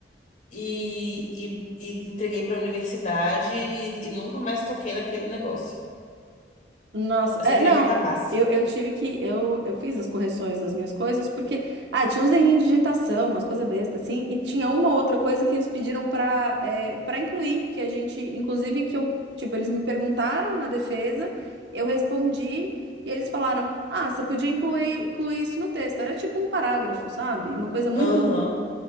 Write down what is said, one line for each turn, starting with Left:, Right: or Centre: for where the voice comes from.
Left: e, e, e entreguei pra universidade e, e nunca mais toquei naquele negócio.
Right: Nossa,
Left: Eu
Right: é,
Left: só queria
Right: não,
Left: que acabasse.
Right: eu, eu tive que. Eu, eu fiz as correções das minhas coisas, porque. Ah, tinha uns errinhos de digitação, umas coisas bestas, assim, e tinha uma outra coisa que eles pediram para é, para incluir, que a gente. Inclusive, que eu. Tipo, eles me perguntaram na defesa, eu respondi, e eles falaram: Ah, você podia incluir, incluir isso no texto. Era tipo um parágrafo, sabe? Uma coisa muito
Left: Aham,